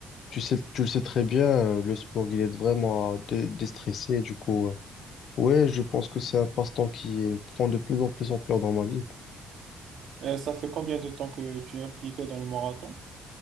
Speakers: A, on the left; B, on the right.
A: tu sais, tu le sais très bien, euh, le sport, il aide vraiment à dé- déstresser, du coup, euh, ouais, je pense que c'est un passe-temps qui est- prend de plus en plus ampleur dans ma vie.
B: Et ça fait combien de temps que tu es impliqué dans le marathon?